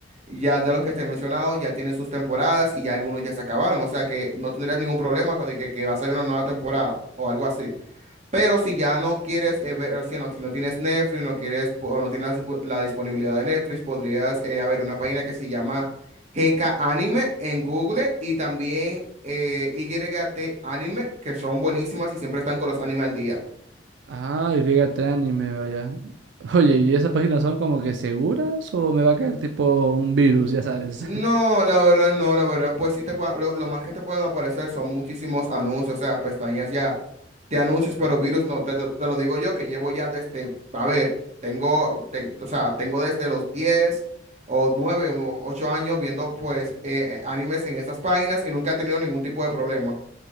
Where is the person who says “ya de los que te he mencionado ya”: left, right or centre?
Right